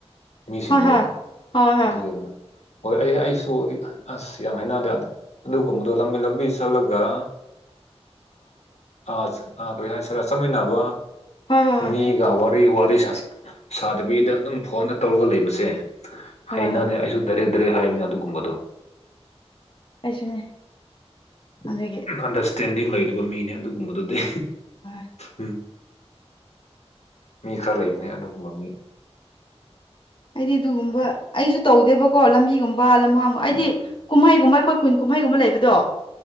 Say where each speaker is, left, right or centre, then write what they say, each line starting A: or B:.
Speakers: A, on the left; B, on the left.
A: ꯃꯤꯁꯤꯡꯔꯣ
B: ꯍꯣꯏ ꯍꯣꯏ ꯍꯣꯏ ꯍꯣꯏ
A: ꯑꯗꯨꯒꯤ ꯍꯣꯏ ꯑꯩ ꯑꯩꯁꯨ ꯑꯁ ꯌꯥꯝ ꯍꯥꯏꯅꯗꯦ ꯑꯗꯨꯒꯨꯝꯕꯗꯣ ꯂꯝꯕꯤ ꯂꯝꯕꯤ ꯆꯠꯂꯒ ꯑ ꯑ ꯀꯔꯤ ꯍꯥꯏꯅꯤꯁꯤꯔ ꯆꯠꯃꯤꯟꯅꯕ
B: ꯍꯣꯏ ꯍꯣꯏ
A: ꯃꯤꯒ ꯋꯥꯔꯤ ꯋꯥꯔꯤ ꯁꯥꯗꯕꯤꯗ ꯑꯗꯨꯝ ꯐꯣꯟꯗ ꯇꯧꯔꯒ ꯂꯩꯕꯁꯦ
B: ꯍꯣꯏ
A: ꯍꯩꯅꯅꯦ
B: ꯍꯣꯏ
A: ꯑꯩꯁꯨ ꯗꯥꯏꯔꯦꯛ ꯗꯥꯏꯔꯦꯛ ꯍꯥꯏꯕꯅꯦ ꯑꯗꯨꯒꯨꯝꯕꯗꯣ
B: ꯑꯩꯁꯨꯅꯦ ꯑꯗꯨꯒꯤ
A: ꯑꯗ ꯁꯇꯦꯟꯗꯤꯡ ꯂꯩꯔꯤꯕ ꯃꯤꯅꯤ ꯑꯗꯨꯒꯨꯝꯕꯗꯨꯗꯤ
B: ꯑ
A: ꯎꯝ ꯃꯤ ꯈꯔ ꯂꯩꯕꯅꯦ ꯑꯗꯨꯒꯨꯝꯕ ꯃꯤ
B: ꯍꯥꯏꯗꯤ ꯑꯗꯨꯒꯨꯝꯕ ꯑꯩꯁꯨ ꯇꯧꯗꯦꯕꯀꯣ ꯂꯝꯕꯤꯒꯨꯝꯕ ꯂꯝꯍꯥꯡꯒ ꯑꯩꯗꯤ
A: ꯎꯝ
B: ꯀꯨꯝꯍꯩꯒꯨꯝꯕ ꯑꯩꯈꯣꯏ ꯀꯨꯟ ꯀꯨꯝꯍꯩꯒꯨꯝꯕ ꯂꯩꯕꯗꯣ